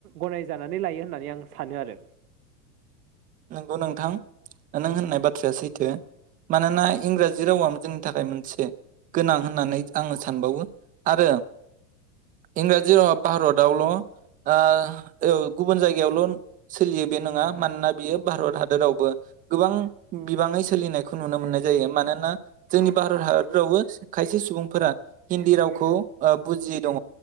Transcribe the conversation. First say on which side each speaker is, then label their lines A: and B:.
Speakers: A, on the right; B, on the right.
A: गनायजानानै लायो होननानै आं सानो आरो
B: नंगौ नोंथां नों होननाय बाथ्राया सैथो मानोना इंराजि रावआ जोंनि थाखाय मोनसे गोनां होननानै आङो सानबावो आरो इंराजि रावा भारतावल'आ अ गुबुन जायगायावल' बे सोलियो बे नङा मानोना बियो भारत हादरावबो गोबां बिबाङै सोलिनायखौ नुनो मोननाय जायो मानोना जोंनि भारत हादरावबो खायसे सुबुंफोरा हिन्दी रावखौ बुजियै दङ